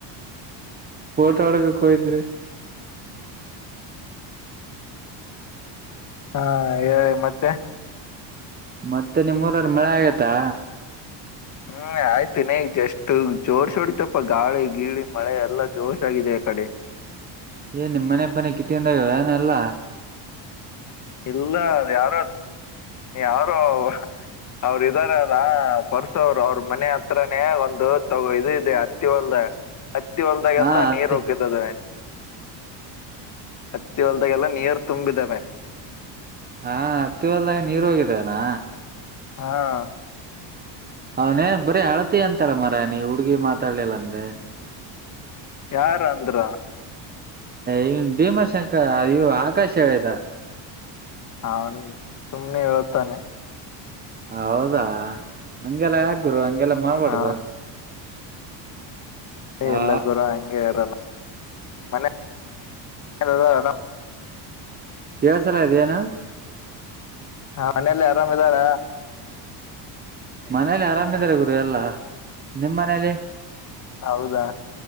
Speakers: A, on the right (about 20°); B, on the left (about 35°).
A: ಫೋಟ ಹೊಡಿಲಿಕ್ ಹೋಗಿದ್ರಿ.
B: ಹಾ ಹೇಳಿ ಮತ್ತೆ
A: ಮತ್ತೆ ನಿಮ್ಮುರಲ್ ಮಳೆ ಆಗೈತಾ.
B: ಹ್ಮ್ ಆಯ್ತು ಇನ್ನ ಈಗ್ ಜಸ್ಟ್ ಜೋರ್ ಸೋಡಿತಪ್ಪ ಗಾಳಿ ಗೀಳಿ ಮಳೆ ಎಲ್ಲಾ ಜೋಶ್ ಆಗಿದೆ ಆ ಕಡಿ.
A: ಏನ್ ನಿಮ್ ಮನೆ ಪನೆ ಕಿತ್ಕೊಂಡ್ ಹೋಗ್ಯಾದಾ ಅನೆಲ್ಲ.
B: ಇಲ್ಲ ಅವ್ ಯಾರೋ ಯಾರೋ ಹ್ ಅವರು ಇದ್ದಾರಲ್ಲ ಪರ್ಸು ಅವರು ಅವ್ರ ಮನೆ ಹತ್ರನೇ ಒಂದು ತಗೋ ಇದು ಇದೆ ಹತ್ತಿ ಹೊಲ್ದ ಹತ್ತಿ ಹೊಲ್ದಾಗೆಲ್ಲ
A: ಹಾ ಅತ್ತೆ
B: ನೀರ್ ನುಗ್ಗಿತ್ತದೆ. ಹತ್ತಿ ಹೊಲ್ದಾಗೆಲ್ಲ ನೀರ್ ತುಂಬಿದಾವೆ.
A: ಹಾ ಹತ್ತಿ ಹೊಲ್ದಾಗ ನೀರ್ ಹೋಗಿದೆನಾ
B: ಹಾ
A: ಅವನೇ ಬರೀ ಅಳತಿ ಅಂತಾರ ಮರೆಯ್ ನೀ ಹುಡ್ಗಿ ಮಾತಾಡ್ಲಿಲ್ಲ ಅಂದ್ರೆ.
B: ಯಾರ್ ಅಂದ್ರು.
A: ಇವನ್ ಭೀಮಾಶಂಕರ್ ಇವು ಆಕಾಶ ಹೇಳಿದ.
B: ಹಾ ರಿ ಸುಮ್ನೆ ಹೇಳ್ತಾನೆ.
A: ಹೌದಾ ನಂಗೆಲ್ಲ ಯಾಕ್ ಗುರು ಹಂಗೆಲ್ಲ ಮಾಡ್ಬಾರ್ದು.
B: ಹಾ
A: ಆ
B: ಎಲ್ಲ ಗುರು ಹಂಗೆ ಇರಲ್ಲ ಮನೆ <unintelligible>
A: ಕೇಳ್ಸಲ ಅದ್ ಏನು.
B: ಹಾ ಮನೆಲ್ಲಿ ಆರಾಮ್ ಇದಾರ
A: ಮನೇಲಿ ಆರಾಮಿದ್ದಾರೆ ಗುರು ಎಲ್ಲಾ ನಿಮ್ಮ್ ಮನೇಲಿ.
B: ಹೌದಾ